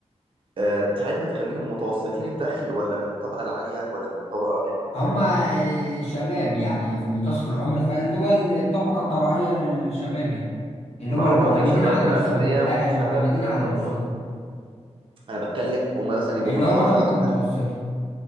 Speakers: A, on the right; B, on the left.
A: أه تحب نخليهم متوسطين الدخل ولا من الطبقة العالية ولا من الطبقة الواطية
B: هما آه، شباب يعني في منتصف العمر فاللي هو الطبقة الطبيعية للشباب يعني اللي
A: ما
B: هما
A: هو
B: اللي معتمدين
A: في شباب
B: على نفسهم
A: أغنياء
B: لا
A: وفي
B: اللي
A: شباب
B: معتمدين على
A: آه،
B: نفسهم
A: فقراء أنا بتكلم هما مثلا يبقوا
B: اللي
A: من
B: هما
A: حارة
B: طبقة
A: فقيرة
B: متوسطة